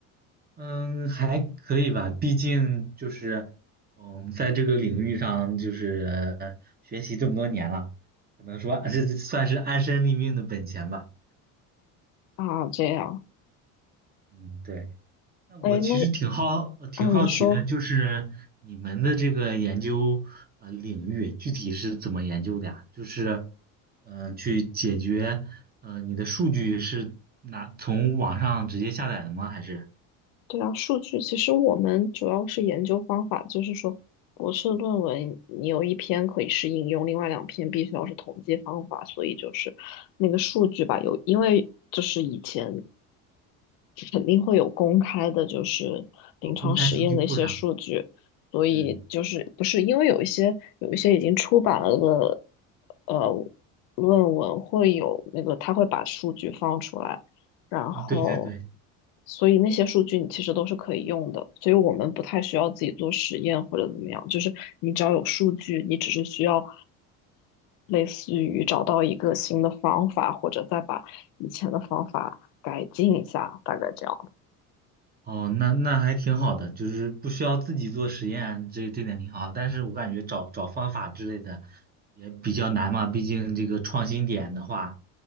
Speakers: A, on the right (about 25°); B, on the left (about 65°).
A: 嗯，还可以吧，毕竟就是嗯，在这个领域上就是呃学习这么多年了，可能说这算是安身立命的本钱吧。
B: 啊，这样，
A: 嗯，对。那我其实挺好，
B: 哎，那
A: 呃挺好奇的，
B: 啊，你说，
A: 就是你们的这个研究呃领域具体是怎么研究的呀？就是，嗯、去解决呃你的数据是拿从网上直接下载的吗？还是
B: 对啊，数据，其实我们主要是研究方法，就是说博士论文你有一篇可以是应用，另外两篇必须要是统计方法，所以就是那个数据吧，有，因为就是以前肯定会有公开的，就是临床实验的一些数据，
A: 啊、公开数据库上？
B: 所以就是不是因为有一些有一些已经出版了的
A: 嗯，
B: 呃论文会有那个，他会把数据放出来，然后
A: 嗯，对对对。
B: 所以那些数据你其实都是可以用的，所以我们不太需要自己做实验或者怎么样，就是你只要有数据，你只是需要。类似于找到一个新的方法，或者再把以前的方法改进一下，大概这样。
A: 哦，那那还挺好的，就是不需要自己做实验，这这点挺好。但是我感觉找找方法之类的也比较难嘛，毕竟这个创新点的话，